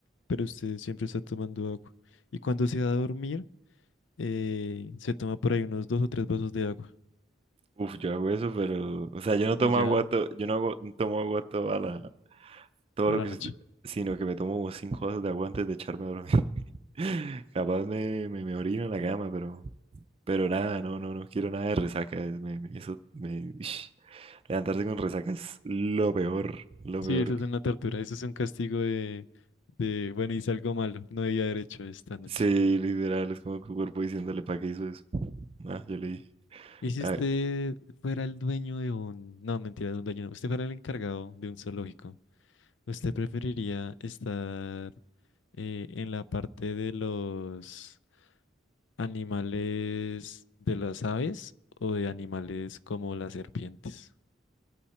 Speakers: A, on the left (about 80°); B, on the right (about 30°).
A: pero usted siempre está tomando agua. Y cuando se va a dormir, eh, se toma por ahí unos dos o tres vasos de agua
B: Uf, yo hago eso, pero, o sea, yo no
A: y
B: tomo
A: ya
B: agua, to- yo no hago- no tomo agua toda la, todo
A: toda
B: lo
A: la
B: que,
A: noche.
B: es- sino que me tomo como cinco vasos de agua antes de echarme a dormir. <laughs> Capaz me, me, me orino en la cama, pero, pero nada, no, no, no quiero nada de resaca. es- me- me- eso, me, <sniffs> levantarse con resaca es lo peor, lo
A: Sí,
B: peor
A: eso es una tortura, eso es un castigo de, de, bueno, hice algo malo, no debía haber hecho esta noche.
B: Sí, literal, es como que tu cuerpo diciéndole para qué hizo eso. Ah, yo le dije.
A: ¿Y si
B: Ay,
A: usted fuera el dueño de un... No, mentira, de un dueño no. Usted fuera el encargado de un zoológico. ¿Usted preferiría estar eh, en la parte de los animales de las aves o de animales como las serpientes?